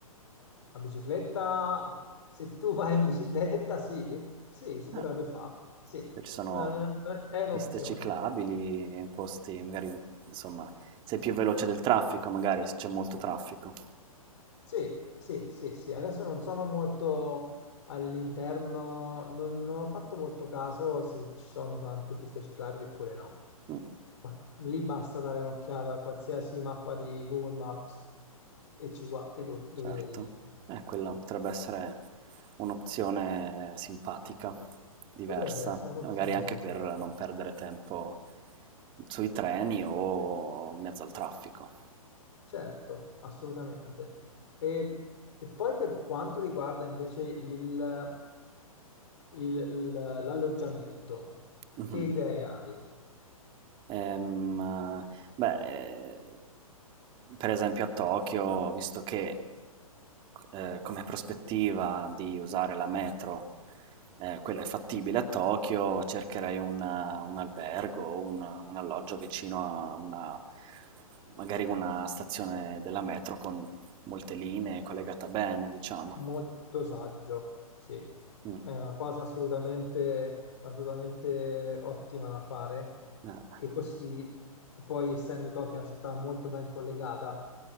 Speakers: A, on the left; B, on the right.
A: la bicicletta, se tu <laughs> vai in bicicletta, sì, sì, si potrebbe
B: Eh,
A: fare, sì,
B: beh, ci sono
A: Eh, è un'opzione.
B: piste ciclabili, posti magari, insomma, sei più veloce del traffico magari, se c'è molto traffico.
A: Sì, sì, sì, sì, adesso non sono molto all'interno, non ho fatto molto caso se ci sono tante piste ciclabili oppure no.
B: Mh.
A: Ma lì basta dare un'occhiata a qualsiasi mappa di Google Maps e, ci gua- e lo, lo
B: Certo.
A: vedi.
B: Eh, quella potrebbe essere un'opzione simpatica, diversa,
A: Potrebbe essere un'opzione
B: magari anche
A: simpatica.
B: per non perdere tempo sui treni o in mezzo al traffico.
A: Certo, assolutamente. E, e poi per quanto riguarda invece il, il- l- l'alloggiamento,
B: Mhm.
A: che idee hai?
B: Ehm, ma- beh, eh, per esempio a Tokyo, ho visto che eh, come prospettiva di usare la metro, eh, quella è fattibile a Tokyo, cercherei un, un albergo, un, un alloggio vicino a una, magari una stazione della metro con molte linee collegata bene, diciamo.
A: Molto saggio, sì,
B: Mm,
A: è una cosa assolutamente, assolutamente ottima da fare,
B: eh,
A: che così, poi essendo Tokyo una città molto ben collegata,